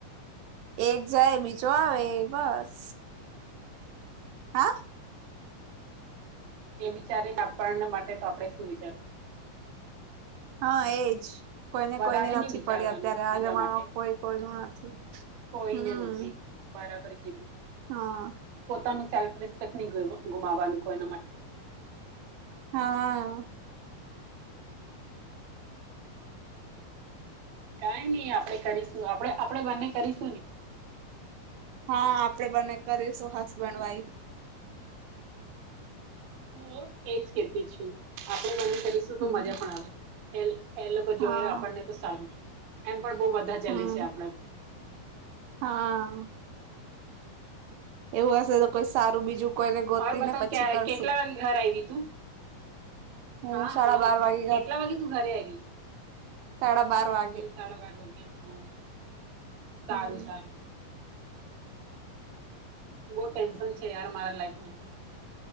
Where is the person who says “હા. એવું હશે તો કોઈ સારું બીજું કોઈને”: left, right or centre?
Right